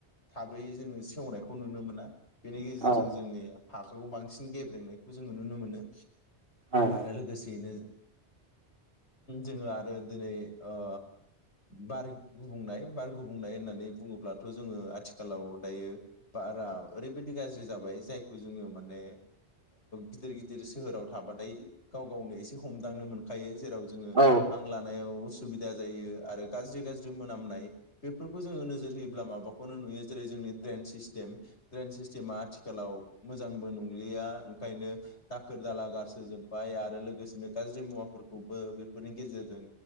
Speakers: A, on the left (about 80°); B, on the right (about 55°).
A: थाबै जोङो सेवनायखौ नुनो मोना बेनि गेजेरजों
B: औ
A: जोंनि हा्राखौ बांसिन गेब्रेंनायखौ जोङो नुनो मोनो
B: औ
A: आरो लोगोसेनो जोङो आरो दिनै ओ बार गुबुंनाय बार गुबुंनाय होननानै बुङोब्लाथ' जोङो आथिखालाव दायो बारा ओरैबायदि गाज्रि जाबाय जायखौ जोङो माने गिदिर गिदिर सोहोराव थाबाथाय गाव गावनो एसे हमदांनो मोनखायो जेराव जोङो
B: औ
A: हां लानायाव उसुबिदा जायो आरो गाज्रि गाज्रि मोनामनाय बेफोरखौ जोङो नोजोर होयोब्ला माबाखौनो नुयो जेरै जोंनि ड्रेन सिस्टेम ड्रेन सिस्टेमा आथिखालाव मोजांबो नंलिया ओंखायनो दाखोर दाला गारसोजोबबाय आरो लोगोसेनो गाज्रि मुवाफोरखौ बेफोरनि गेजेरजों